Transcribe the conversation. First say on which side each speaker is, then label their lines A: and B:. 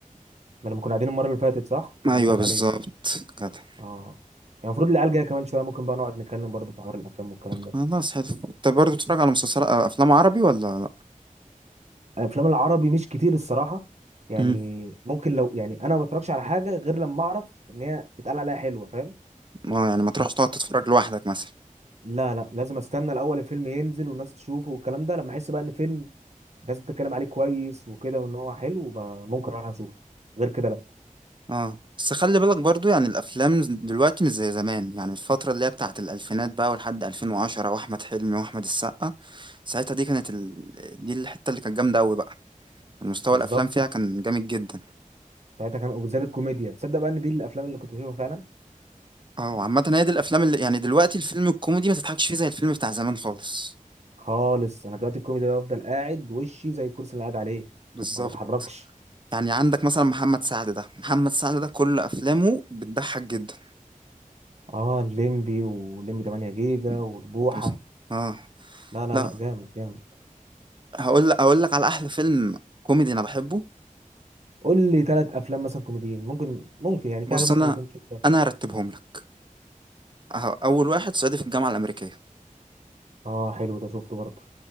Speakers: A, on the right; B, on the right.
A: ده لما كنا قاعدين المره اللي فاتت صح ما
B: ايوه
A: اقول لك
B: بالظبط
A: عليه
B: كده
A: اه يعني المفروض العيال جايه كمان شويه ممكن بقى نقعد نتكلم برضه في حوار الافلام والكلام
B: خلاص
A: ده
B: حلو انت برضه بتتفرج على مسلسلات أه، افلام عربي ولا لا
A: الافلام العربي مش كتير الصراحه يعني
B: امم
A: ممكن لو يعني انا ما بتفرجش على حاجه غير لما اعرف ان هي اتقال عليها حلوه فاهم
B: ما يعني ما تروحش تقعد تتفرج لوحدك مثلا
A: لا لا لازم استنى الاول الفيلم ينزل والناس تشوفه والكلام ده لما احس بقى ان فيلم الناس بتتكلم عليه كويس وكده وان هو حلو بقى ممكن اروح اشوفه غير كده لا
B: اه بس خلي بالك برضو يعني الافلام دلوقتي مش زي زمان يعني الفتره اللي هي بتاعت الالفينات بقى ولحد 2010 واحمد حلمي واحمد السقا ساعتها دي كانت ال... دي الحته اللي كانت جامده قوي بقى المستوى
A: بالظبط
B: الافلام فيها كان جامد جدا
A: ساعتها كان وبالذات الكوميديا تصدق بقى ان دي الافلام اللي كنت بشوفها فعلا
B: اه وعامة هي دي الافلام اللي يعني دلوقتي الفيلم الكوميدي ما تضحكش فيه زي الفيلم بتاع زمان خالص
A: خالص انا دلوقتي الكوميديا ده بفضل قاعد وشي زي الكرسي اللي قاعد عليه
B: بالظبط
A: ما بتحركش
B: يعني عندك مثلا محمد سعد ده محمد سعد ده كل افلامه بتضحك جدا
A: اه الليمبي والليمبي 8 جيجا
B: <laughs>
A: والبوحه
B: بس- اه
A: لا لا
B: لا
A: لا جامد جامد
B: هقول لك هقول لك على احلى فيلم كوميدي انا بحبه
A: قول لي ثلاث افلام مثلا كوميديين ممكن ممكن يعني
B: بص
A: في حاجات ممكن
B: انا
A: ما كنتش شفتها.
B: انا هرتبهم لك أه، اول واحد صعيدي في الجامعه الامريكيه
A: اه حلو ده شفته برضه